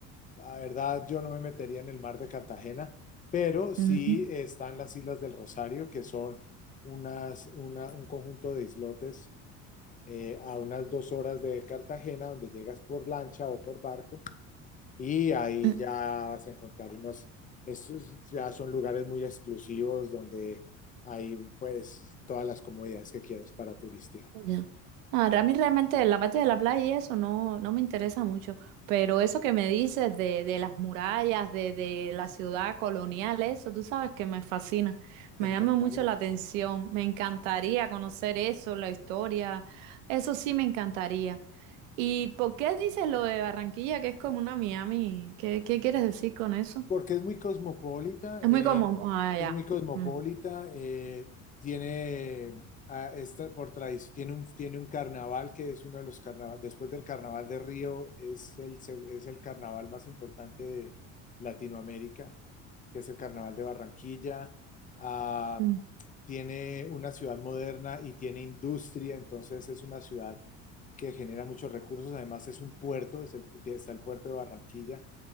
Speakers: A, on the left; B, on the right.
A: la verdad, yo no me metería en el mar de Cartagena, pero sí
B: ujú,
A: están las Islas del Rosario, que son unas, una- un conjunto de islotes eh, a unas dos horas de Cartagena, donde llegas por lancha o por barco, y ahí
B: mm,
A: ya vas a encontrar unos, estos ya son lugares muy exclusivos donde hay pues todas las comodidades que quieras para turistear.
B: Ya. Ahora, a mí realmente la parte de la playa y eso no, no me interesa mucho, pero eso que me dices de, de las murallas, de, de la ciudad colonial, eso, tú sabes que me fascina,
A: Te
B: me
A: encantaría.
B: llama mucho la atención, me encantaría conocer eso, la historia, eso sí me encantaría. ¿Y por qué dices lo de Barranquilla, que es como una Miami? ¿Qué, qué quieres decir con eso?
A: Porque es muy cosmopolita,
B: Es
A: eh,
B: muy común. Ah, ya.
A: es muy cosmopolita,
B: Mm,
A: eh, tiene, ah, es tra- por tradición, tiene un, tiene un carnaval que es uno de los carnavales, después del carnaval de Río, es el, se- es el carnaval más importante de Latinoamérica, que es el carnaval de Barranquilla. Ah,
B: mm,
A: tiene una ciudad moderna y tiene industria, entonces es una ciudad que genera muchos recursos, además es un puerto, es el, está el puerto de Barranquilla